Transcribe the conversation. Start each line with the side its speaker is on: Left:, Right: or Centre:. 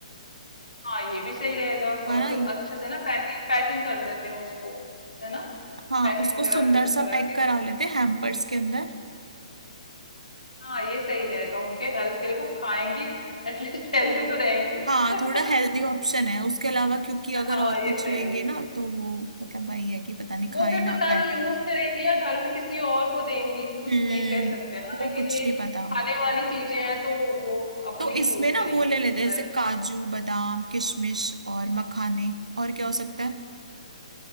Left: हाँ ये भी सही रहेगा और
Right: हाँ ना
Left: जो
Right: ये-
Left: अच्छे से ना पैकिंग पैकिंग कर देते हैं उसको है ना
Right: हाँ
Left: पैकिंग
Right: उसको
Left: वगैरह
Right: सुंदर
Left: अच्छे से
Right: सा
Left: करा
Right: पैक
Left: के
Right: करा लेते हैं हैम्पर्स के अंदर
Left: हाँ ये सही रहेगा उनके हेल्थ के लिए वो खाएंगी एटलीस्ट हेल्दी तो रहेंगी
Right: हाँ
Left: <laughs>
Right: थोड़ा हेल्दी ऑप्शन है उसके अलावा क्योंकि अगर
Left: हाँ
Right: और
Left: ये
Right: कुछ
Left: सही
Right: लेंगे
Left: है
Right: ना तो वो मतलब वही है कि पता नहीं
Left: वो
Right: खाए
Left: फिर
Right: ना
Left: पता
Right: खाए
Left: नहीं यूज करेंगी या घर में किसी और को देंगी कुछ
Right: हम्म
Left: नहीं कह सकते ना
Right: वो
Left: लेकिन
Right: कुछ
Left: ये
Right: नहीं पता
Left: खाने वाली चीजें हैं तो वो अपने
Right: तो इसमें
Left: ही यूज
Right: ना
Left: करेंगी
Right: वो ले लेते
Left: ये
Right: हैं
Left: तो
Right: जैसे काजू बादाम किशमिश और मखाने और क्या हो सकता है